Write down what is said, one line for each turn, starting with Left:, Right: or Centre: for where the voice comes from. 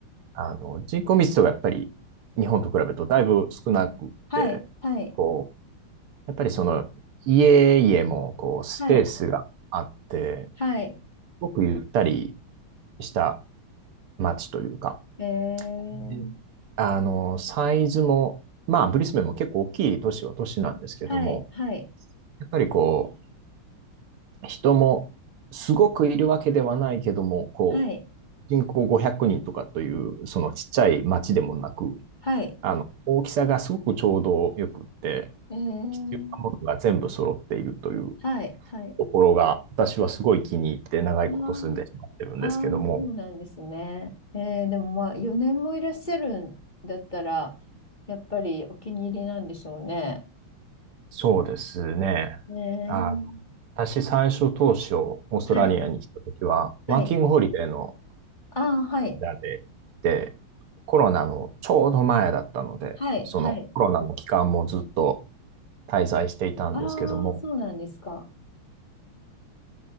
Right: あの、人口密度がやっぱり日本と比べるとだいぶ少なくって、
Left: はい。はい。
Right: こう、やっぱりその家々もこうスペースがあって、
Left: はい。はい。
Right: すごくゆったりした街というか、
Left: えー、
Right: であの、サイズも、まあ、ブリスベンも結構大きい都市は都市なんですけども、
Left: はい、はい、
Right: やっぱりこう、人もすごくいるわけではないけども、こう、
Left: はい、
Right: 人口500人とかという、そのちっちゃい町でもなく、
Left: はい、
Right: あの、大きさがすごくちょうどよくって、
Left: えー、
Right: 必要なものが全部揃っているという
Left: はい、はい。
Right: ところが、私はすごい気に入って長いこと住んでしまってるんですけども、
Left: あーあー、そうなんですね。えー、でもまあ、4年もいらっしゃるんだったら、やっぱりお気に入りなんでしょうね。
Right: そうですね。
Left: えー、
Right: あの、私最初当初、オーストラリアに来た時は、
Left: はい、はい。
Right: ワーキングホリデーの
Left: ああ、はい、
Right: 間で来て、コロナのちょうど前だったので、
Left: はい、
Right: そのコロナの期間もずっと
Left: はい。
Right: 滞在していたんですけども、
Left: ああ、そうなんですか。